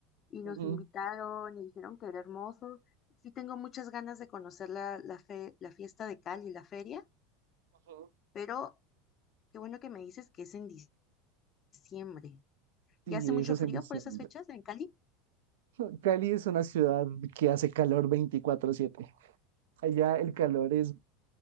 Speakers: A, on the left; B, on the right.
A: y nos
B: Ujú.
A: invitaron y dijeron que era hermoso. Sí tengo muchas ganas de conocer la, la, fe- la fiesta de Cali, la feria,
B: ujú.
A: pero qué bueno que me dices que es en diciembre. diciembre. ¿Ya
B: Sí,
A: hace mucho
B: eso es
A: frío
B: en diciembre.
A: por esas fechas en Cali?
B: <laughs> Cali es una ciudad que hace calor veinticuatro siete. Allá el calor es,